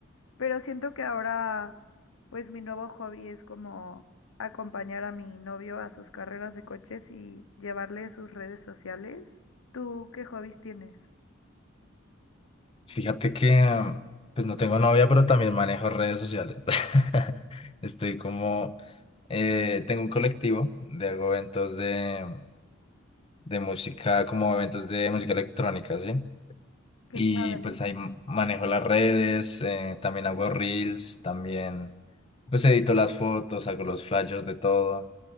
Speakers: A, on the left; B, on the left.
A: pero siento que ahora pues mi nuevo hobby es como acompañar a mi novio a sus carreras de coches y llevarle sus redes sociales. ¿Tú qué hobbies tienes?
B: Fíjate que, mm, pues no tengo novia, pero también manejo redes sociales. <laughs> Estoy como, eh, tengo un colectivo de hago eventos de, de música, como eventos de música electrónica, ¿sí?
A: Qué
B: Y
A: padre,
B: pues ahí m- manejo las redes, eh, también hago reels, también pues edito las fotos, hago los flyers de todo.